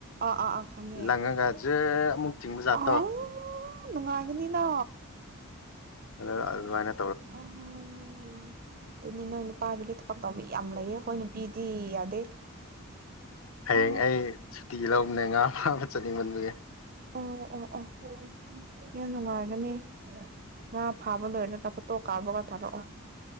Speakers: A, on the right; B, on the left.
A: ꯑꯥ ꯑꯥ ꯑꯥ ꯈꯪꯉꯦ
B: ꯂꯪꯉꯒ ꯖꯔ ꯑꯃꯨꯛ ꯆꯤꯡꯕꯖꯥꯠꯇꯣ
A: ꯑꯥꯎ ꯅꯨꯡꯉꯥꯏꯒꯅꯤꯅ
B: ꯑꯗ ꯑꯗꯨ ꯃꯥꯏꯅ
A: <unintelligible> ꯑꯗꯨꯅꯤ ꯅꯣꯏ ꯅꯨꯄꯥꯒꯤꯗꯤ ꯊꯕꯛ ꯇꯧꯕꯩ ꯌꯥꯝ ꯂꯩꯌꯦ ꯍꯣꯏ ꯅꯨꯄꯤꯗꯤ ꯌꯥꯗꯦ
B: ꯍꯌꯦꯡ
A: ꯑ
B: ꯑꯩ ꯁꯨꯇꯤ ꯂꯧꯕꯅꯦ ꯉꯥ ꯐꯥꯕ ꯆꯠꯅꯤꯡꯃꯟꯕꯒꯤ
A: ꯑꯣ ꯑꯣ ꯑꯣ ꯌꯥꯝ ꯅꯨꯡꯉꯥꯏꯒꯅꯤ ꯉꯥ ꯐꯥꯕ ꯂꯣꯏꯔꯒꯥ ꯐꯣꯠꯇꯣ ꯀꯥꯔꯒ ꯊꯥꯔꯛꯑꯣ